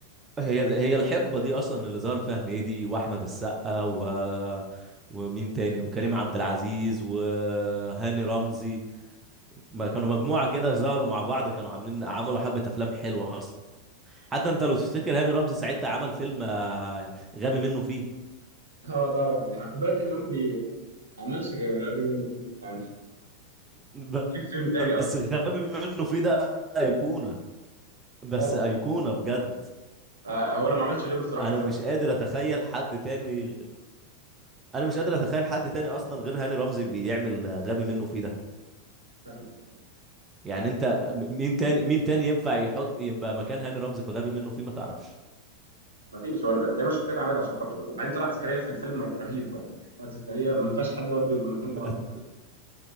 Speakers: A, on the right; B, on the right.
A: هي هي الحقبه دي اصلا اللي ظهر فيها هنيدي واحمد السقا و ومين تاني وكريم عبد العزيز وهاني رمزي ما كانوا مجموعه كده ظهروا مع بعض كانوا عاملين عملوا حبه افلام حلوه اصلا حتى انت لو تفتكر هاني رمزي ساعتها عمل فيلم آه، غبي منه فيه
B: اه طبعا يعني خد بالك هاني رمزي ما عملش غير غبي منه فيه يعني
A: ب-
B: مفيش فيلم تاني اصلا
A: بس غبي منه فيه ده ايقونه بس
B: طبعا
A: ايقونه بجد
B: آه هو لو ما عملش غيره الصراحه
A: انا
B: فلا
A: مش قادر اتخيل حد تاني انا مش قادر اتخيل حد تاني اصلا غير هاني رمزي بيعمل غبي منه فيه ده
B: فاهم.
A: يعني انت م- مين تاني مين تاني ينفع يحط يبقى مكان هاني رمزي في غبي منه فيه ما تعرفش
B: مفيش هو تقريبا الشخصيه اتعملت عشان خاطره وبعدين طلعت زكريا في الفيلم رهيب برضه يعني طلعت زكريا ما ينفعش حد برضه يبقى مكان
A: <laughs>
B: طلعت